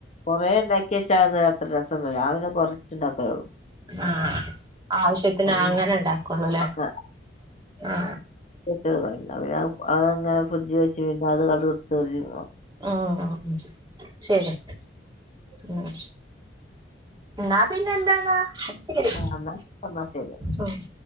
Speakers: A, on the left; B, on the right.
A: കൊറേ ഉണ്ടാക്കിച്ചാ അ നേരത്ത് രസംണ്ട. ഞാൻ പിന്നെ കൊർച്ച് ഉണ്ടാകാലോള്ളൂ.
B: ആ ആവശ്യത്തിന്
A: പിന്നെ
B: അങ്ങനെ ഉണ്ടാക്കുവോളല്ലേ
A: അത്
B: ആ
A: <unintelligible> അതങ്ങനെ ഫ്രിഡ്ജി വെച്ച് വെച്ച് അത് കടു വറുത്തു കഴിയുമ്പോ
B: ഉം ശെരി ഉം. ഇന്നാ പിന്നെ എൻന്ത്ന്നാ <unintelligible>
A: എന്നാ എന്നാ ശരി
B: ഉം.